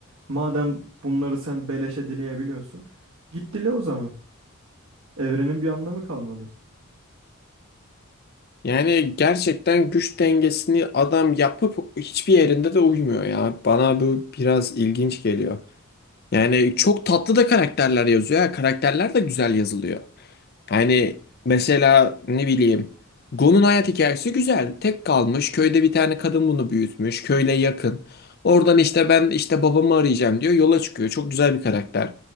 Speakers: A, on the right; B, on the left.
A: Madem bunları sen beleşe dileyebiliyorsun, git dile o zaman. Evrenin bir anlamı kalmadı.
B: Yani gerçekten güç dengesini adam yapıp hiçbir yerinde de uymuyor ya. Bana bu biraz ilginç geliyor. Yani çok tatlı da karakterler yazıyor. ha. Karakterler de güzel yazılıyor. Yani mesela ne bileyim Gon'un hayat hikayesi güzel. Tek kalmış. Köyde bir tane kadın bunu büyütmüş. Köyle yakın. Oradan işte ben işte babamı arayacağım diyor. Yola çıkıyor. Çok güzel bir karakter.